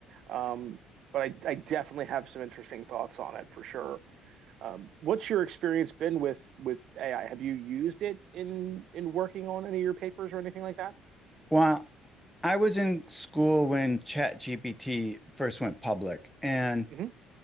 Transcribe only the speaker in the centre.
Well, I was in school when ChatGPT first went public, and